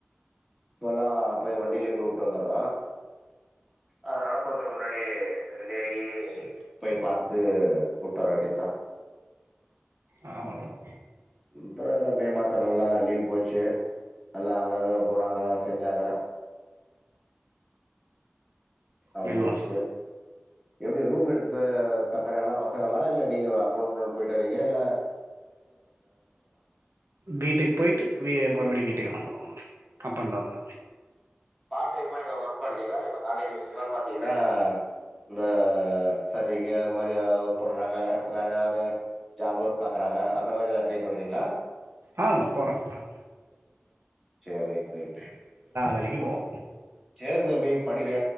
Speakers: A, in the centre; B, on the right.
A: இப்ப எல்லா போய் வண்டியிலயே போய் விட்டு வந்துர்றோ அதனால கொஞ்ச முன்னாடி ரெடி ஆகி போய் பாத்துட்டு விட்டு வர வேண்டியதுதா
B: அவ்ளதா
A: இந் தடவ எதோ மே மாசோ நல்லா லீவ் போச்சு எல்லா அங்கங்க போனாங்க செஞ்சாங்க அப்டி
B: மே
A: இருந்துச்சு
B: மாசோ
A: எப்டி ரூம் எடுத்து தங்கறாங்களா பசங்க எல்லா இல்ல நீங்க அப் அண்ட் டவுனு போயிட்டு வரீங்க இல்ல
B: வீட்டுக்கு போயிட்டு வீ மறுபடி வீட்டுக்கு வந்துருவோண்ணா அப் அண்ட் டவுன்தா
A: பார்ட் டைமா எதாவது ஒர்க் பண்றீங்களா இப்ப காலேஜு பச ங்கல்லா பாத்தீங்கன்னா இந்த சர்விங்கு அது மாரி எதாவது ஒர்க் பண்றாங்க வேற எதாவது ஜாப் ஒர்க் பாக்கறாங்க அந்த மாரி எதா ட்ரை பண்றீங்களா
B: ஆ போறே அ
A: சேரி right right right right right
B: வேலைக்கு போவோ
A: சேரி தம்பி படிங்க